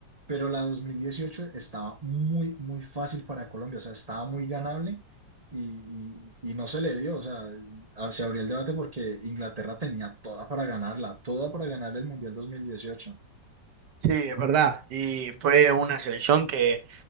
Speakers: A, on the right; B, on the right.
A: pero la 2018 estaba muy, muy fácil para Colombia, o sea, estaba muy ganable y, y- y no se le dio, o sea, a- se abrió el debate porque Inglaterra tenía toda para ganarla, toda para ganar el Mundial dos mil dieciocho
B: Sí, es verdad. Y fue una selección que,